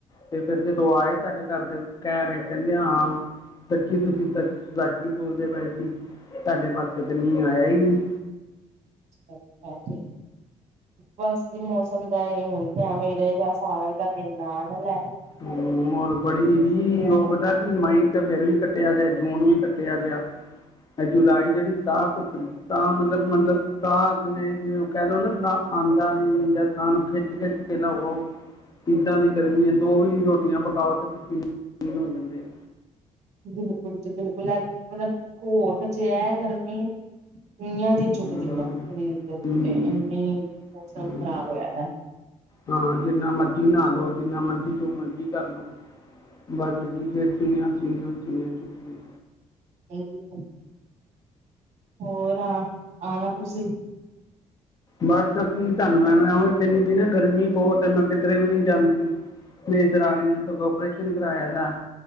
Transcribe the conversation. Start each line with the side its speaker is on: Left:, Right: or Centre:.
Left: ਤੇ ਫੇਰ ਜਦੋਂ ਆਏ ਓ ਸਾਡੇ ਘਰ ਦੇ ਕਹਿ ਰਹੇ ਕਹਿੰਦੇ ਹਾਂ। ਸੱਚੀ ਤੁਸੀਂ ਤਾਂ ਸੱਚ ਈ ਬੋਲਦੇ ਪਏ ਸੀ, ਸਾਡੇ ਪਾਸੇ ਤੇ ਮੀਂਹ ਆਇਆ ਈ ਨੀ।
Right: ਹੈ ਹੈ ਤੇ। ਬਸ ਜੀ ਮੌਸਮ ਦਾ ਇਹ ਹੁਨ ਤੇ ਐਵੇਂ ਹੀ ਰਹੇਗਾ, ਸਾਵਣ ਦਾ ਮਹੀਨਾ ਨਾਂ ਨਾ ਲੈ।
Left: ਹੂੰ, ਔਰ ਬੜੀ ਹੀ ਓ ਪਤਾ ਮਈ ਤੇ ਫੇਰ ਵੀ ਕੱਟਿਆ ਗਿਆ, ਜੂਨ ਵੀ ਕੱਟਿਆ ਗਿਆ। ਐ ਜੁਲਾਈ ਜਿਹੜੀ ਸਾਹ ਘੁੱਟਣ ਸਾਹ ਮਤਲਬ ਮਤਲਬ ਸਾਹ ਕਿਵੇਂ ਜਿਵੇਂ ਕਹਿ ਲੋ ਨਾ ਸਾਹ ਆਂਦਾ ਨੀ ਜਾਂ ਸਾਹ ਨੂੰ ਖਿੱਚ-ਖਿੱਚ ਕੇ ਲਵੋ, ਇੱਦਾਂ ਦੀ ਗਰਮੀ ਐ। ਦੋ ਈ ਰੋਟੀਆਂ ਪਕਾਓ ਤੇ ਪਸੀਨੋ ਪਸੀਨ ਹੋ ਜਾਂਦੇ ਆ।
Right: ਬਿਲਕੁਲ ਜੀ ਬਿਲਕੁਲ, ਐ ਮਤਲਬ ਘੋਟ ਜੇਆ ਐ ਗਰਮੀ। ਸੂਈਆਂ ਜੀ ਚੁੱਭ
Left: ਹਮ,
Right: ਦੀਆ ਸਰੀਰ ਦੇ ਉੱਤੇ,
Left: ਹਮ,
Right: ਏਨੀ ਮੌਸਮ
Left: ਹਮ,
Right: ਖ਼ਰਾਬ ਹੋਇਆ ਦਾ।
Left: ਹਾਂ, ਜਿੰਨਾ ਮਰਜ਼ੀ ਨਹਾ ਲਓ, ਜਿੰਨਾ ਮਰਜ਼ੀ ਜੋ ਮਰਜ਼ੀ ਕਰ ਲੋ। ਬਸ ਜੀ, ਫਿਰ ਸੂਈਆ, ਸੂਈਆਂ, ਸੂਈਆਂ ਚੁਭਦੀਆਂ।
Right: ਗਏ ਸੀ ਹੁਣ, ਹੋਰ ਆਣਾ ਤੁਸੀਂ।
Left: ਬਸ ਕੀ, ਤੁਹਨੂੰ ਮੈ-ਮੈਂ ਉਹੀ ਕਹਿੰਦੀ ਪਈ ਨਾ ਗਰਮੀ ਬਹੁਤ ਏ, ਮੈਂ ਕਿਧਰੇ ਵੀ ਨੀ ਜਾਂਦੀ। ਮੇਰੀ ਦਰਾਣੀ ਨੇ ਸਗੋਂ ਓਪਰੇਸ਼ਨ ਕਰਾਇਆ ਦਾ।